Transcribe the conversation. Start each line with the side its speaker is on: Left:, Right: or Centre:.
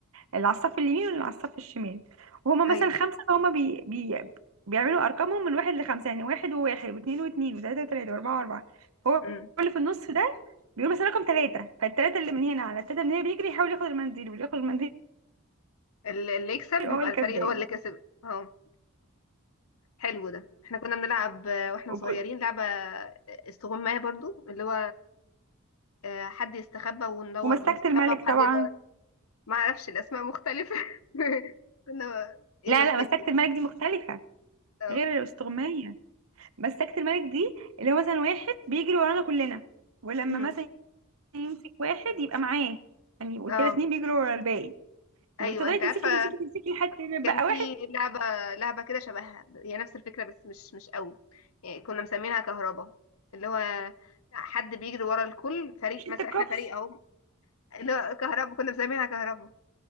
Right: اللي على الصف اليمين واللي على الصف الشمال وهما مثلا
Left: ايوه
Right: خمسة فهما بي بي بيعملوا أرقامهم من واحد لخمسة يعني واحد وواحد واثنين واثنين وثلاثة وثلاثة وأربعة وأربعة هو
Left: امم
Right: اللي في النص ده بيقول مثلا رقم ثلاثة فالثلاثة اللي من هنا على الثلاثة من هنا بيجري يحاول ياخد المنديل واللي ياخد المنديل
Left: اللي اللي يكسب
Right: يبقى
Left: بيبقى
Right: هو الكسبان
Left: الفريق هو اللي كسب اه حلو ده احنا كنا بنلعب آه، واحنا
Right: وك-
Left: صغيرين لعبة آه، استغماية برضو اللي هو آه، حد يستخبى وندور
Right: ومسكت
Left: بنستخبى
Right: الملك
Left: وحد
Right: طبعا
Left: يدور علينا. ما اعرفش الاسماء مختلفة <laughs> كنا ايه
Right: لا
Left: مسكت
Right: لا مسكت الملك دي مختلفة
Left: اه
Right: غير الاستغماية مسكت الملك دي اللي هو مثلا واحد بيجري ورانا كلنا ولما
Left: مم.
Right: مثلا يمسك واحد يبقى معاه يعني يبقوا
Left: اه
Right: كده اتنين بيجروا ورا الباقي
Left: ايوه
Right: لما تفضلي
Left: انت
Right: تمسكي
Left: عارفة
Right: تمسكي تمسكي لحد ما يبقى
Left: كان في
Right: واحد
Left: لعبة لعبة كده شبهها هي نفس الفكرة بس مش مش قوي يعني كنا مسمينها كهربا اللي هو حد بيجري ورا الكل فريق
Right: شد
Left: مثلا
Right: الكوبس
Left: احنا فريق اهو اللي هو كهربا كنا مسمينها كهربا